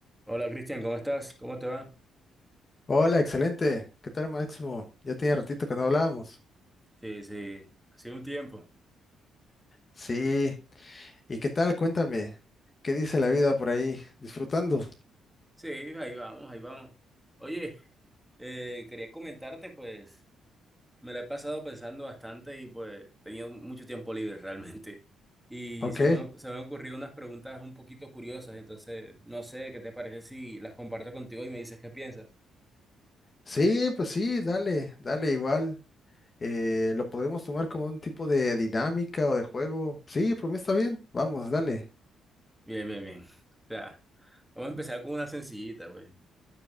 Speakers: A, in the centre; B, on the left.
A: Hola Cristian, ¿cómo estás? ¿Cómo te va?
B: Hola, excelente. ¿Qué tal, Máximo? Ya tenía ratito que no hablábamos.
A: Sí, sí, ha sido un tiempo.
B: Sí. ¿Y qué tal? Cuéntame. ¿Qué dice la vida por ahí? ¿Disfrutando?
A: Sí, ahí vamos, ahí vamos. Oye, eh, quería comentarte, pues me la he pasado pensando bastante y pues he tenido mucho tiempo libre <laughs> realmente. Y
B: Ok.
A: se me, se me han ocurrido unas preguntas un poquito curiosas, entonces no sé qué te parece si las comparto contigo y me dices qué piensas.
B: Sí, pues sí, dale, dale igual. Eh, lo podemos tomar como un tipo de dinámica o de juego. Sí, por mí está bien. Vamos, dale.
A: Bien, bien, bien. O sea, vamos a empezar con una sencillita, pues.